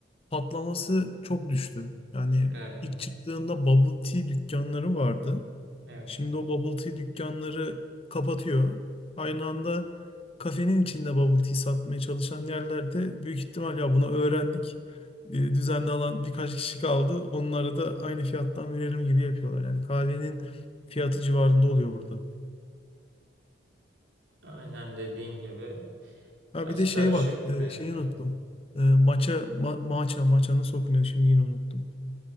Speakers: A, on the left; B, on the right.
A: patlaması çok düştü. Yani
B: Evet,
A: ilk çıktığında bubble tea dükkanları vardı.
B: evet.
A: Şimdi o bubble tea dükkanları kapatıyor. Aynı anda kafenin içinde bubble tea satmaya çalışan yerlerde büyük ihtimal ya bunu öğrendik. e, Düzenli alan birkaç kişi kaldı. Onlara da aynı fiyattan verelim gibi yapıyorlar. Yani kahvenin fiyatı civarında oluyor burada.
B: Aynen dediğin gibi
A: Ha
B: biraz
A: bir de
B: karışık
A: şey bak,
B: mevzu.
A: e, şeyi unuttum. E, Maça, ma maça, maça nasıl okunuyor şimdi yine unuttum.